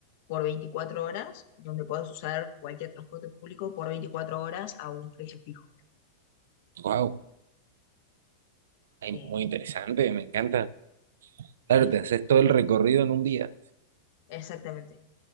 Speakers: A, on the left (about 45°); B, on the right (about 80°).
A: por 24 horas, donde puedes usar cualquier transporte público por 24 horas a un precio fijo.
B: Wow.
A: Eh,
B: muy interesante, me encanta. Claro,
A: sí,
B: te haces todo el recorrido en un día.
A: exactamente.